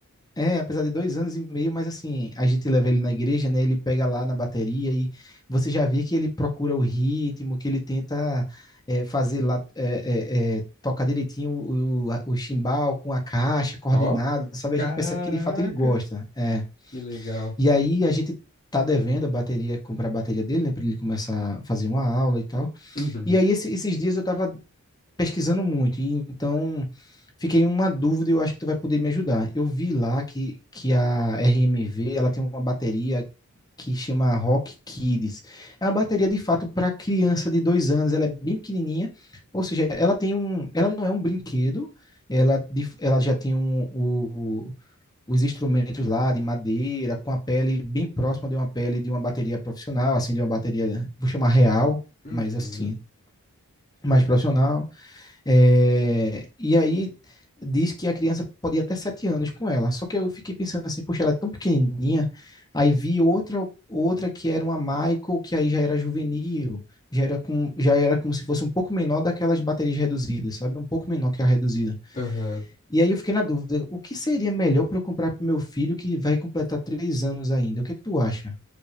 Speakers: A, on the left; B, on the left.
A: É, apesar de dois anos e meio, mas assim, a gente leva ele na igreja, né? Ele pega lá na bateria e você já vê que ele procura o ritmo, que ele tenta é, fazer lá, é, é, é, tocar direitinho o, o, o chimbal com a caixa, coordenado,
B: Ó,
A: sabe?
B: caraca,
A: A gente percebe que de fato ele gosta. É.
B: que legal.
A: E aí a gente tá devendo a bateria, comprar a bateria dele, né? Pra ele começar a fazer uma aula e tal.
B: Uhum,
A: E aí esse- esses dias eu tava pesquisando muito, e então fiquei em uma dúvida e eu acho que tu vai poder me ajudar. Eu vi lá que, que a RMV, ela tem uma bateria que chama Rock Kids. É uma bateria de fato para criança de dois anos. Ela é bem pequenininha, ou seja, ela tem um, ela não é um brinquedo. Ela, de- ela já tem um, o- os instrumentos lá de madeira, com a pele bem próxima de uma pele de uma bateria profissional, assim, de uma bateria, vou chamar real,
B: uhum,
A: mas assim, mais profissional. É, e aí diz que a criança pode ir até sete anos com ela. Só que eu fiquei pensando assim, poxa, ela é tão pequenininha. Aí vi outra outra que era uma Michael, que aí já era juvenil, já era, com, já era como se fosse um pouco menor daquelas baterias reduzidas, sabe? Um pouco menor que a reduzida.
B: aham.
A: E aí eu fiquei na dúvida, o que seria melhor para eu comprar para meu filho que vai completar três anos ainda? O que é que tu acha?